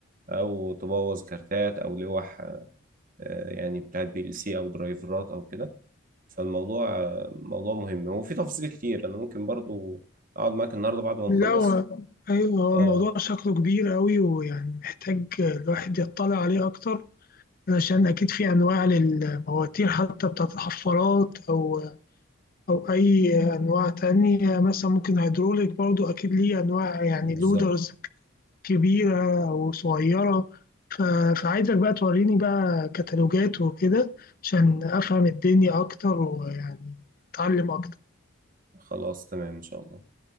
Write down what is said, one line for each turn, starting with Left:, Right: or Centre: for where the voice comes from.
Right: أو تبوظ كارتات أو لوح آه، يعني بتاعت بي ال سي أو درايفرات أو كده فالموضوع آه، موضوع مهم وفي تفاصيل كتير انا ممكن برضو اقعد معاك النهارده بعد ما
Left: لا
Right: نخلص
Left: هو أيوه هو
Right: اه
Left: الموضوع شكله كبير أوي ويعني محتاج الواحد يطلع عليه أكتر علشان أكيد في أنواع للمواتير حتى بتاعت الحفارات أو أو أي أنواع تانية مثلا ممكن هيدروليك برضو أكيد ليه أنواع يعني
Right: بالظبط
Left: لودرز كبيرة أو صغيرة ف- فعايزك بقى توريني بقى كتالوجات وكده عشان أفهم الدنيا أكتر ويعني أتعلم أكتر
Right: خلاص تمام ان شاء الله